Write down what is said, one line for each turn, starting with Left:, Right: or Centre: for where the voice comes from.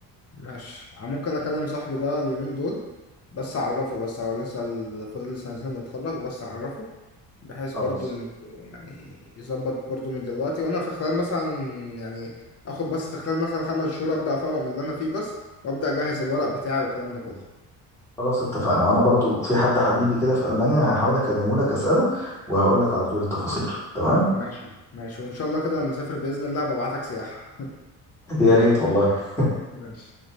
Left: ماشي ممكن اكلم صاحبي ده اليومين دول بس اعرفه بس هو لسه ال- فاضل لي سنتين نتخرج بس اعرفه بحيث
Centre: خلاص
Left: برضو انه يعني يظبط برضو من دلوقتي وانا في خلال مثلا يعني اخد بس في خلال مثلا خمس شهور ابدا افوق من اللي انا فيه بس وابدا اجهز الورق بتاعي والكلام ده كله
Centre: خلاص اتفقنا وانا برضو في حد حبيبي كده في المانيا هحاول اكلمه لك اساله وهقول لك على طول التفاصيل تمام
Left: ماشي ماشي وان شاء الله كده لما اسافر باذن الله ببعتك سياحة
Centre: يا ريت والله
Left: <laughs> ماشي